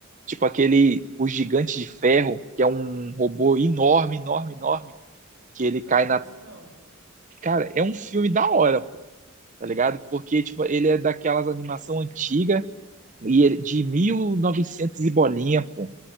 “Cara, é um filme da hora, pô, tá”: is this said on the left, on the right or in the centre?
Right